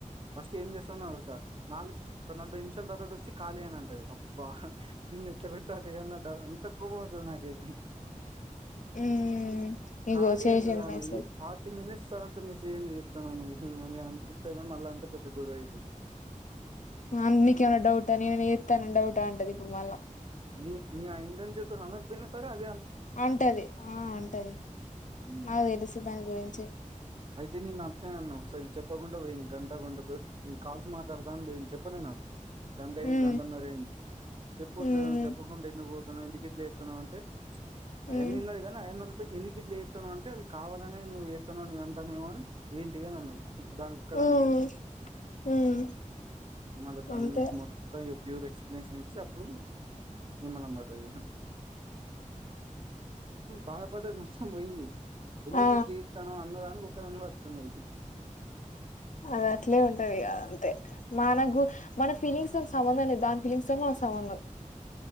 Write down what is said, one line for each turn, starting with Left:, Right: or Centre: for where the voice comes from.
Right: ఫస్ట్ ఏం చేస్ అడతాడు నాలుగు ఒక నలభై నిమిషాల తర్వాత వచ్చి ఖాలి అనంటది బ్బా దీన్ని ఎట్లా కొట్టాలే అన్న డ అంత కోపం అస్తది నాకైతే
Left: ఉమ్ ఇగో
Right: కాలి
Left: చేసింది
Right: అన్నదానివి
Left: మెసేజ్
Right: ఫార్టీ మినట్స్ తర్వాత మెస్సేజ్ ఎందుకు చేతనావ్ నువు అని అనిపిత్తది గనీ మళ్ళా అంటే పెద్ద గొడవ అయితది
Left: మ మమ్మి నీకేమైనా డౌటా నేనె ఎతనని డౌటా అంటది ఇప్పుడు మళ్ళా
Right: నీ ని ఆ ఇంటెన్షన్ తోన్ అనకపోయినా సరే అదే
Left: అంటది ఆ అంటది
Right: హ్మ్.
Left: నాకు తెలుసు దాని గురించి
Right: అయితే నేను అట్నే అన్న ఒకసారి చెప్పకుంట పోయింది గంట గంటతో నేన్ కాల్స్ మాట్లాడుత అని బోయింది చెప్పలే నాకు గంటయింది
Left: ఉమ్
Right: గంటనరైంది చెప్పచ్చుగా
Left: ఉమ్
Right: చెప్పకుంట ఎందుకు ఎందుకు ఇట్ల చేతున్నావ్ అంటే అయన్నిన్నది
Left: ఉమ్
Right: గని అయన్న ట్టి ఎందుకు ఇట్లా చేత్తన్నావ్ అంటే అది కావాలనె నువ్వు ఎతనావ్ నేన్ అంటానేమో అని ఏంటి అని అన్నది దానికోక్కదానికే
Left: ఉమ్ ఉమ్
Right: మళ దాన్ని
Left: అంతే
Right: మొత్త ఇగ ప్యూర్ ఎక్స్ప్లనేషన్ ఇచ్చి అప్పుడు నిమ్మలం పడ్డదిగా బాధపడ్డది మొత్తం పోయింది ఎందుకు
Left: ఆ
Right: ఇట్ల ఎత్తనావ్ అన్నదానికొ క్క దాన్ని పట్కున్నది
Left: అద అట్లే ఉంటది ఇగ అది అంతే మనకు మన ఫీలింగ్స్ తోని సంబంధం లేదు దాని ఫీలింగ్స్తొన్ మన సమందం